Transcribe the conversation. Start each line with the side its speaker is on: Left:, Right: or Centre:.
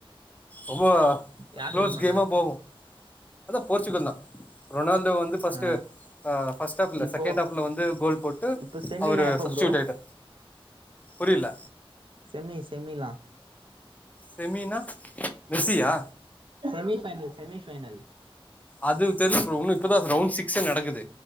Left: ரொம்ப
Right: யார்
Left: களோஸ்
Right: வின் பண்ணா
Left: கேமா போகும் அதா போர்ச்சுகல் தா ரொனால்டோ வந் இது ஃபர்ஸ்டு
Right: ஆ
Left: ஹ ஃபஸ்டாப்ல
Right: இப்போ
Left: செக் கேண்டாப்ல வந்து கோல் போட்டு
Right: இப்போ செமிலா
Left: அவரு
Right: எப்ப
Left: சப்ஸ்டியூட்
Right: ப்ரோ
Left: ஆயிட்ட புரியல
Right: செமி செமிலா
Left: செமீனா மெசியா
Right: செமிஃபைனல் செமிஃபைனல்
Left: அது தெர்ல ப்ரோ உன்னு இப்பதா ரவுண்ட் சிக்ஸ்ஸே நடக்குது